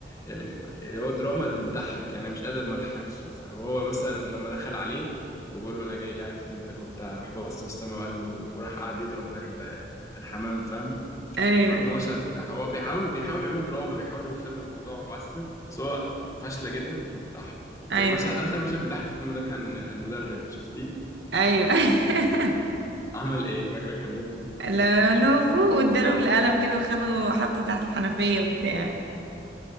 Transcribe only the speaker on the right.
ايوه
ايوه
ايوه <laughs> ايوه
لا- اللي هو فوق واداله بالقلم كده وخده حطه تحت الحنفية وبتاع